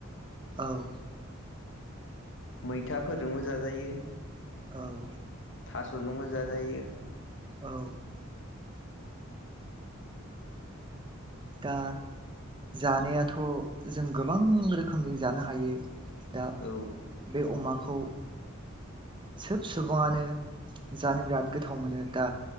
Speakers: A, on the right; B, on the left.
A: औ।
B: मैथाफोरजोंबो जाजायो।
A: औ।
B: थास'जोंबो जाजायो।
A: औ। दा जानायाथ' जों गोबां रोखोमजों जानो हायो। दा
B: औ
A: बे अमाखौ सोब सुबुङानो जानो बिराद गोथाव मोनो दा